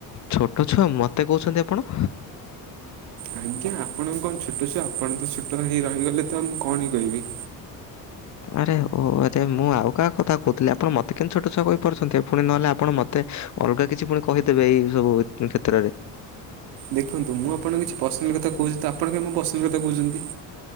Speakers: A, on the left; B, on the right.
A: ଛୋଟ ଛୁଆ ମତେ କହୁଛନ୍ତି ଆପଣ
B: ଆଜ୍ଞା ଆପଣ କଣ ଛୋଟ ଛୁଆ ଆପଣ ତ ଛୋଟ ହେଇ ରହିଗଲେ ତ ମୁଁ କଣ ହିଁ କହିବି।
A: ଆରେ ଓ ଆଚ୍ଛା ମୁଁ ଆଉ କାହା କଥା କହୁଥିଲି ଆପଣ ମୋତେ କେମତି ଛୋଟ ଛଆ କହିପାରୁଛନ୍ତି ଫୁଣି ନହେଲେ ଆପଣ ମତେ ଅଲଗା କିଛି ପୁଣି କହିଦେବେ ଏଇ ସବୁ କ୍ଷେତ୍ରରେ।
B: ଦେଖନ୍ତୁ ମୁଁ ଆପଣଙ୍କ କିଛି ପର୍ସନାଲ୍ କଥା କହୁଛି ତ ଆପଣ କାଇଁ ମୋ ପର୍ସନାଲ୍ କଥା କହୁଛନ୍ତି।